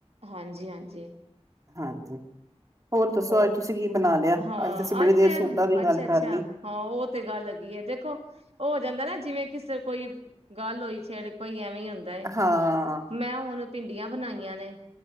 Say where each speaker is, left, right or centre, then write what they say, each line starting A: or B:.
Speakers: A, on the right; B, on the right.
A: ਹਾਂਜੀ ਹਾਂਜੀ
B: ਹਾਂਜੀ ਦੱਸੋ
A: ਹੋਰ
B: ਅੱਜ ਤੁਸੀਂ ਕੀ ਬਣਾ ਲਿਆ
A: ਹਾਂ
B: ਤੁਸੀਂ ਬੜੀ
A: ਅੱਜ
B: ਦੇਰ
A: ਮੈਂ
B: ਸੂਟਾਂ ਦੀ
A: ਅੱਛਾ
B: ਗੱਲ
A: ਅੱਛਾ
B: ਕਰ ਲਈ।
A: ਹਾਂ ਉਹ ਤੇ ਗੱਲ ਹੈਗੀ ਹੈ ਦੇਖੋ ਉਹ ਹੋ ਜਾਂਦਾ ਨਾ ਜਿਵੇਂ ਕਿਸ ਕੋਈ ਗੱਲ ਹੋਈ ਛੇੜ ਭਾਈਆਂ ਹੁੰਦਾ
B: ਹਾਂ
A: ਮੈਂ ਹੁਣ ਭਿੰਡੀਆਂ ਬਣਾਈਆਂ ਨੇ